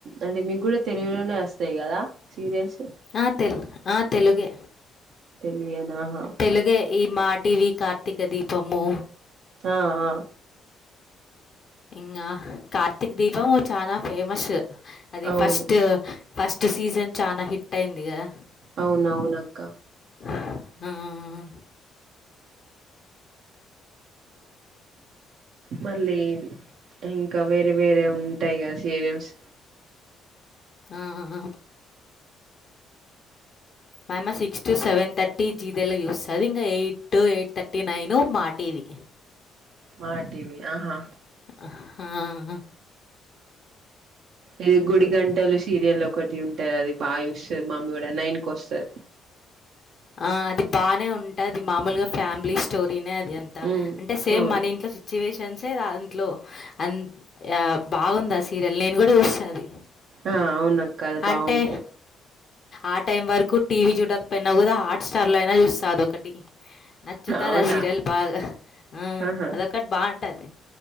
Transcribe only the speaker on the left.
ఆ తెలు ఆ తెలుగే
తెలుగే ఈ మాటీవీ కార్తీక దీపము
ఇంకా కార్తీక్ దీపము చాలా ఫేమస్సు అది
ఫస్ట్ ఫస్ట్ సీజన్ చానా హిట్ అయింది కదా
ఆ ఆ ఆ ఆ
ఆ ఆ ఆ మామ్మ సిక్స్ టు సెవెన్ థర్టీ జీతెలుగు చూస్తాది, ఇంకా ఎయిట్, ఎయిట్ థర్టీ, నైను మా టీవి
అహ్హా
ఆ అది బానే ఉంటది మామూలుగా ఫ్యామిలీ స్టోరీనే అది అంతా
అంటే సేమ్
మన ఇంట్లో సిచ్ సిచ్యువేషన్సే దాంట్లో అ బాగుంది ఆ సీరియల్ నేను కూడా చూస్తా అది
అంటే ఆ టైం వరకు టీవీ చూడకపోయినా కూడా హాట్ స్టార్ లో అయినా చూస్తా అది ఒకటి నచ్చుతాది
ఆ సీరియల్ బాగా ఆ
అదొకటి బాగుంటాది